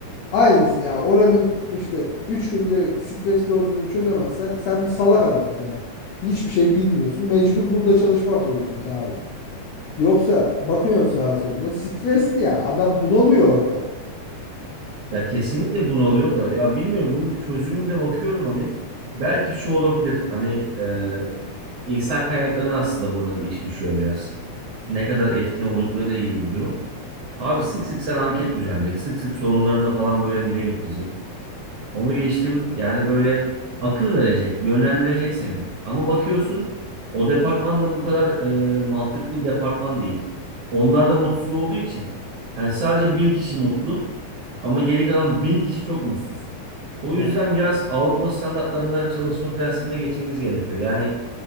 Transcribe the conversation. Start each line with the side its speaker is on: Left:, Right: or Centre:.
Left: Aynısı ya oranın işte 3 günde stresli olduğunu çözemezsen sen bir salak adamsın ya. Hiçbir şey bilmiyorsun. Mecbur burada çalışmak zorundasın abi. Yoksa bakıyorsun sağa soluna stresli ya. Adam bunalıyor orada.
Right: Ya kesinlikle bunalıyor da ya bilmiyorum bunun çözümünde bakıyorum hani belki şu olabilir hani e, insan kaynaklarına aslında burada da iş düşüyor biraz. Ne kadar etkin olduklarıyla ilgili bir durum. Abi sık sık sana anket düzenleyecek. Sık sık sorunlarını falan böyle dile getirecek. Onu geçtim yani böyle akıl verecek, yönlendirecek seni. Ama bakıyorsun o departman da bu kadar e, mantıklı bir departman değil. Onlar da mutsuz olduğu için hani sadece bir kişi mutlu ama geri kalan bin kişi çok mutsuz. O
Left: Ya
Right: yüzden biraz Avrupa standartlarında çalışma prensibine geçmemiz gerekiyor. Yani